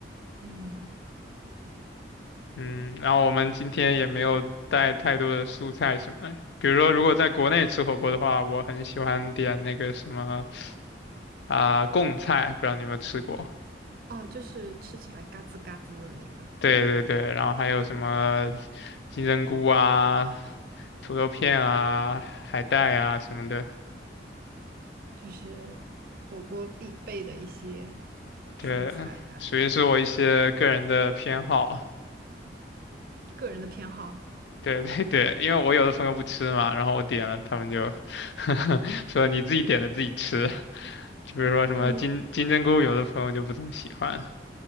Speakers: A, on the right; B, on the left.
A: 嗯，
B: 嗯，然后我们今天也没有带太多的蔬菜什么的比如说如果在国内吃火锅的话，我很喜欢点那个什么啊、贡菜，不知道你有没有吃过？
A: 哦，就是吃起来嘎吱嘎吱的那个，
B: 对对对，然后还有什么金针菇啊，土豆片啊、海带啊什么的，
A: 就是火锅必备的一些
B: 对，
A: 蔬菜啦。
B: 属于是我一些个人的偏好。
A: 个人的偏好，
B: <laughs> 对对对，因为我有的朋友不吃嘛，然后我点了，他们就 <laughs> 说你自己点的自己吃。就比如说什么金金针菇，
A: 他们
B: 有的朋友就不怎么喜欢。